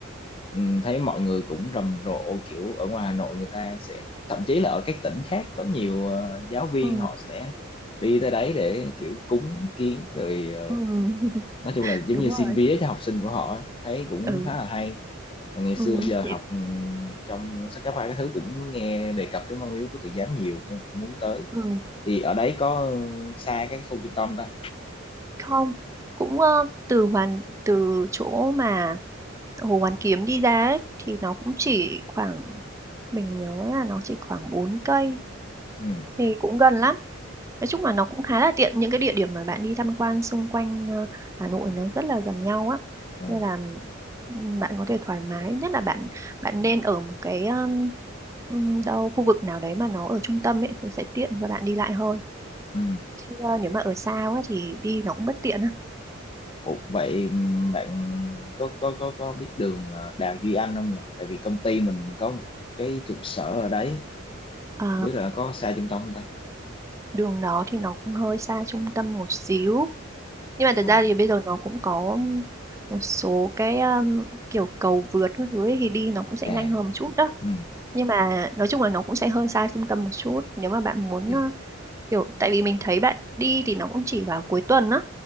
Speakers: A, on the left (about 25°); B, on the right (about 15°).
A: ừ, thấy mọi người cũng rầm rộ kiểu ở ngoài Hà Nội người ta sẽ thậm chí là ở các tỉnh khác có nhiều ờ, giáo viên
B: ừ.
A: họ sẽ đi tới đấy để kiểu cúng kiến rồi ờ,
B: ừ. <laughs>
A: nói chung là giống
B: đúng
A: như xin
B: rồi
A: vía cho học sinh của họ ấy, thấy cũng
B: ừ
A: khá là hay và ngày
B: ừ,
A: xưa giờ học
B: Thì-
A: ừm, trong sách giáo khoa cái thứ cũng nghe đề cập đến văn miếu của tự giám nhiều nên cũng muốn tới
B: ừ.
A: thì ở đấy có ừ, xa cái khu trung tâm ta
B: không cũng ờ, từ hoàn từ chỗ mà Hồ Hoàn Kiếm đi ra ấy, thì nó cũng chỉ khoảng mình nhớ là nó chỉ khoảng bốn cây
A: ừ
B: thì cũng gần lắm nói chung là nó cũng khá là tiện những cái địa điểm mà bạn đi tham quan xung quanh ờ, Hà Nội nó rất là gần nhau á
A: ồ
B: nên là ừm, bạn có thể thoải mái nhất là bạn bạn nên ở một cái ừm, ừm, đâu khu vực nào đấy mà nó ở trung tâm ấy thì sẽ tiện cho bạn đi lại hơn
A: ừ
B: chứ ờ, nếu mà ở xa quá thì đi nó cũng bất tiện á
A: ồ vậy ừm, bạn có có có có biết đường ờ, Đào Duy Anh không nhỉ tại vì công ty mình có một cái trụ sở ở đấy
B: Ờ,
A: không biết là có xa trung tâm không ta
B: đường nó thì nó cũng hơi xa trung tâm một xíu nhưng mà thật
A: ồ
B: ra thì bây giờ nó cũng có một số cái um, kiểu cầu vượt các thứ ấy thì đi nó cũng sẽ nhanh
A: à
B: hơn một chút đó
A: ừ
B: nhưng mà nói chung là nó cũng sẽ hơi xa trung tâm một chút nếu mà bạn muốn
A: ok
B: ờ, kiểu tại vì mình thấy bạn đi thì nó cũng chỉ vào cuối tuần á